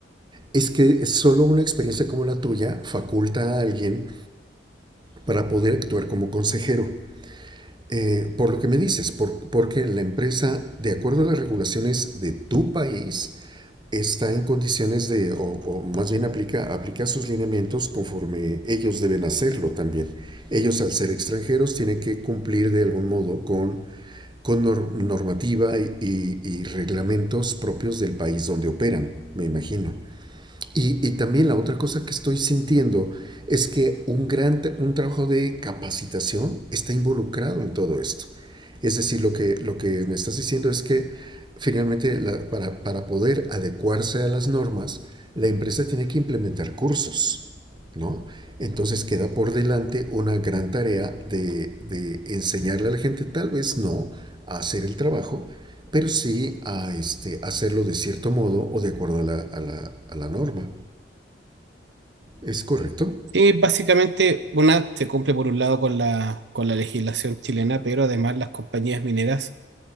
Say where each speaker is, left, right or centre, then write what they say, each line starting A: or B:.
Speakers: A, on the right; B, on the right.
A: es que solo una experiencia como la tuya faculta a alguien para poder actuar como consejero. Eh, por lo que me dices, por- porque la empresa, de acuerdo a las regulaciones de tu país, está en condiciones de, o, o más bien aplica, aplica sus lineamientos conforme ellos deben hacerlo también. Ellos, al ser extranjeros, tienen que cumplir de algún modo con, con nor- normativa y, y- y reglamentos propios del país donde operan, me imagino. Y, y, también la otra cosa que estoy sintiendo es que un gran un trabajo de capacitación está involucrado en todo esto. Es decir, lo que, lo que me estás diciendo es que finalmente la, para, para, poder adecuarse a las normas, la empresa tiene que implementar cursos, ¿no? Entonces queda por delante una gran tarea de, de enseñarle a la gente, tal vez no, a hacer el trabajo, pero sí a este, hacerlo de cierto modo o de acuerdo a la, a la- a la norma. ¿Es correcto?
B: Y básicamente, una se cumple por un lado con la, con la legislación chilena, pero además las compañías mineras,